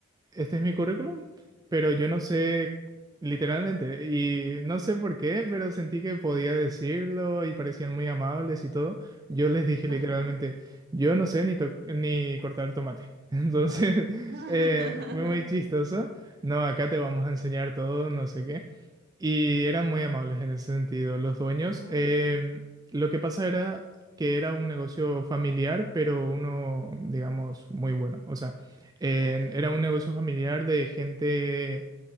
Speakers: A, on the right; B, on the right.
A: este es mi currículum, pero yo no sé literalmente y no sé por qué, pero sentí que podía decirlo y parecían muy amables y todo. Yo les dije literalmente,
B: Ajá.
A: yo no sé ni, to- ni cortar tomate. <laughs> Entonces,
B: <laughs>
A: eh, fue muy chistoso. No, acá te vamos a enseñar todo, no sé qué. Y eran muy amables en ese sentido los dueños.
B: Oh,
A: Em, lo que pasa era que era un negocio familiar, pero uno, digamos, muy bueno. O sea, eh,
B: ok.
A: era un negocio familiar de gente